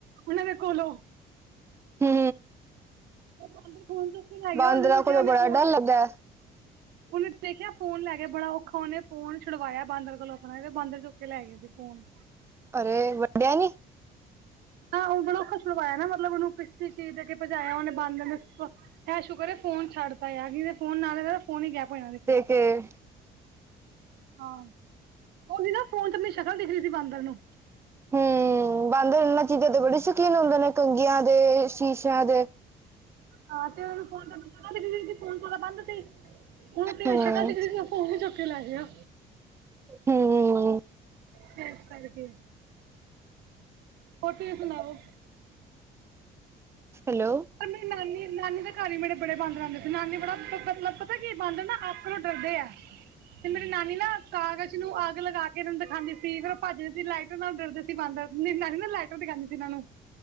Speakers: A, on the right; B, on the right.
A: ਉਨਾਂ ਦੇ ਕੋਲੋਂ।
B: ਹੂੰ।
A: <unintelligible>
B: ਬਾਂਦਰਾਂ
A: ਜਦੋਂ ਉੱਠਿਆ
B: ਕੋਲੋਂ
A: ਉਹਨੇ
B: ਬੜਾ
A: ਫੋਨ
B: ਡਰ ਲੱਗਦਾ।
A: ਦੇਖਿਆ <unintelligible> ਫੋਨ ਲੈ ਗਿਆ ਬੜਾ ਔਖਾ ਉਹਨੇ ਫੋਨ ਛੁੜਵਾਇਆ ਬਾਂਦਰ ਕੋਲੋਂ ਆਪਣਾ ਏ ਵੇ ਬਾਂਦਰ ਚੁੱਕ ਕੇ ਲੈ ਗਏ ਸੀ ਫੋਨ।
B: ਅਰੇ ਵੱਡਿਆ ਨੀ?
A: ਨਾ ਉਹ ਬੜਾ ਅੋਖਾ ਛੁਡਵਾਇਆ ਨਾ ਮਤਲਬ ਉਹਨੂੰ ਕਿਸੀ ਚੀਜ਼ ਦੇ ਕੇ ਭਜਾਇਆ ਉਹਨੇ ਬਾੰਦਰ ਨੂੰ ਐ ਸ਼ੂਕਰ ਏ ਫੋਨ ਛੱਡਤਾ ਆ ਨੀ ਤੇ ਫੋਨ ਨਾਲ ਫੋਨ ਹੀ ਗੈਪ ਹੋ ਜਾਨਾ ਫਿ
B: ਤੇ
A: ਹਾਂ, ਉਹਦੀ ਨਾ ਫੋਨ ਚ ਅਪਣੀ ਸ਼ਕਲ ਦਿਖ ਰੀ ਸੀ ਬਾਂਦਰ ਨੂੰ।
B: ਹੂੰ, ਬਾਂਦਰ ਇਹਨਾਂ ਚੀਜ਼ਾਂ ਦੇ ਬੜੇ ਸ਼ੌਕੀਨ ਹੁੰਦੇ ਨੇ ਕੰਗੀਆਂ ਦੇ, ਸ਼ੀਸ਼ਿਆਂ ਦੇ।
A: ਹਾਂ ਤੇ ਉਹ <unintelligible> ਫੋਨ ਤੇ ਓਦਾ ਬੰਦ ਸੀ ਉਹਨੂੰ ਤੇ
B: ਹੂੰ,
A: ਸ਼ਕਲ ਦਿਖ ਰੀ ਸੀ ਫੋਨ ਹੀ ਚੁੱਕ ਕੇ ਲੈ ਗਆ।
B: ਹੂੰ
A: ਫੇਸ ਕਰਕੇ। ਹੋਰ ਤੁਸੀਂ ਸੁਣਾਓ?
B: ਹੈਲੋ
A: ਪਰ ਮੇਰੀ ਨਾਨੀ-ਨਾਨੀ ਦੇ ਘਰ ਵੀ ਮੇਰੇ ਬੜੇ ਬਾਂਦਰ ਆਂਦੇ ਸੀ ਨਾਨੀ ਬੜਾ ਮਤਲਬ ਪਤਾ ਕੀ ਬੰਦਰ ਨਾ ਅੱਗ ਕੋਲੋ ਡਰਦੇ ਐ।
B: ਹ
A: ਤੇ ਮੇਰੇ ਨਾਨੀ ਨਾ ਕਾਗਜ਼ ਨੂੰ ਅੱਗ ਲਗਾ ਫੇਰ ਉਹਨੂੰ ਦਿਖਾਦੀ ਸੀ ਫਿਰ ਉਹ ਭੱਜਦੇ ਸੀ ਲਾਈਟਰ ਨਾਲ ਡਰਦੇ ਸੀ ਬਾਂਦਰ ਨੀ ਨ ਨਾ ਲਾਈ ਦਿਖਾਦੀ ਸੀ ਇਹਨਾਂ ਨੂੰ